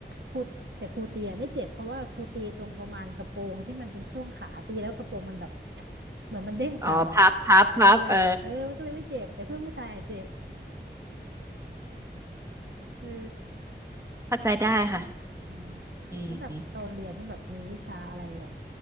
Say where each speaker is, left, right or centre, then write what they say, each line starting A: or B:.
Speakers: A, on the right; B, on the right.
A: ครูแต่ครูตีอะไม่เจ็บเพราะว่าครูตีตรงประมาณกระโปรงที่มันเป็นช่วงขาตีแล้วกระโปรงมันแบบ <tsk> เหมือนมันเด้งกลับอ่ะ
B: อ๋อพับพับพับเออ
A: เออเออมันก็เลยไม่เจ็บแต่เพื่อนผู้ชายอะเจ็บเออ
B: เข้าใจได้ค่ะ
A: อืม
B: อืม
A: แล้วแบบตอนเรียนนี่แบบมีวิชาอะไรแบบ